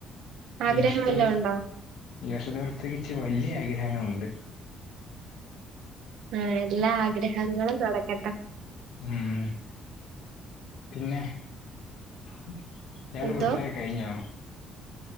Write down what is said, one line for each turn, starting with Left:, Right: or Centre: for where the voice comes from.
Right: ആഗ്രഹം
Left: ഇഷ്ടം
Right: വല്ലോം ഉണ്ടോ?
Left: ഇഷ്ടത്തെക്കുറിച്ച് വല്ല്യ അഗ്രഹങ്ങളുണ്ട്
Right: ഉം എല്ലാ ആഗ്രഹങ്ങളും നടക്കട്ടെ
Left: ഉം പിന്നെ എല്ലാരും
Right: എന്തോ?
Left: ബർത്ത്ഡേ കഴിഞ്ഞോ